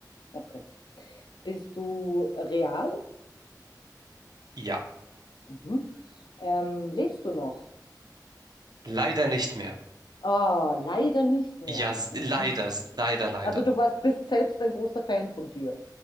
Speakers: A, on the left (about 85°); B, on the right (about 65°).
A: Okay. Bist du real?
B: ja.
A: Mhm. Ähm, lebst du noch?
B: Leider nicht mehr.
A: Ah, leider nicht mehr.
B: Ja, s-
A: Mhm.
B: leider, s- leider, leider.
A: Also du warst, bist selbst ein großer Fan von dir.